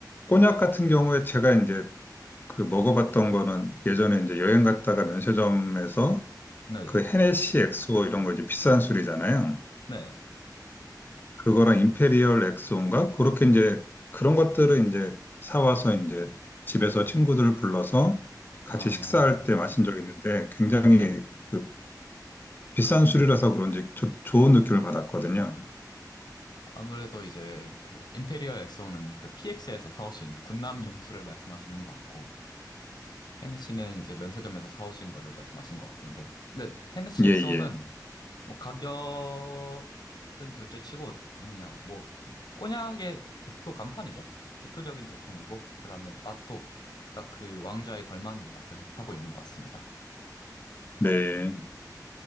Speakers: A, on the left (about 30°); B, on the left (about 80°).
A: 꼬냑 같은 경우에 제가 이제 그 먹어봤던 거는 예전에 이제 여행 갔다가 면세점에서
B: 네네.
A: 그 헤네시 엑소 이런 거 이제 비싼 술이잖아요.
B: 네.
A: 그거랑 임페리얼 엑스온가 그렇게 이제 그런 것들을 이제 사와서 이제 집에서 친구들을 불러서
B: 아,
A: 같이 식사할
B: 어,
A: 때 마신 적이 있는데 굉장히
B: 네.
A: 그 비싼 술이라서 그런지 조- 좋은 느낌을 받았거든요.
B: 아무래도 이제 그 임페리얼 엑소는 그 PX에서 사오신 군남 용수를 말씀하시는 것 같고 헤네시는 이제 면세점에서 사오신 거를 말씀하신 것 같은데 네, 헤네시
A: 예,
B: 엑소는
A: 예.
B: 뭐 가격은 둘째 치고 뭐냐 뭐 꼬냑의 대표 간판이죠. 대표적인 제품이고 그다음에 맛도 딱 그 왕좌에 걸맞는 맛을 하고 있는 것 같습니다.
A: 네.